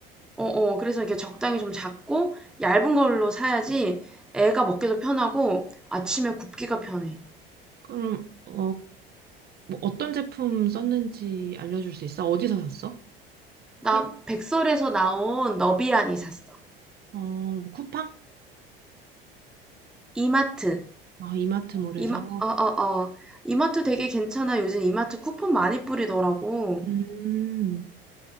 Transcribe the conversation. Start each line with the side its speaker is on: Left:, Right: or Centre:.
Centre: 어어. 그래서 이렇게 적당히 좀 작고 얇은 걸로 사야지 애가 먹기도 편하고 아침에 굽기가 편해.
Right: 그럼, 어, 뭐 어떤 제품 썼는지 알려줄 수 있어? 어디서 샀어?
Centre: 나
Right: 컬,
Centre: 백설에서 나온 너비안이 샀어.
Right: 어, 뭐 쿠팡?
Centre: 이마트.
Right: 아, 이마트몰에서.
Centre: 이마 어어어. 이마트 되게 괜찮아. 요즘 이마트 쿠폰 많이 뿌리더라고.
Right: 음.